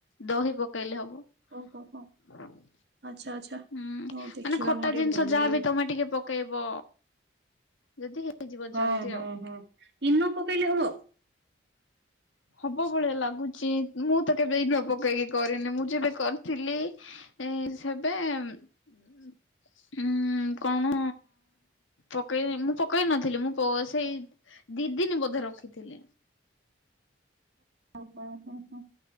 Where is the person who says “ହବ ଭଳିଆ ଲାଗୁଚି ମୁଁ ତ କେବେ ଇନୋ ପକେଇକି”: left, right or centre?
Left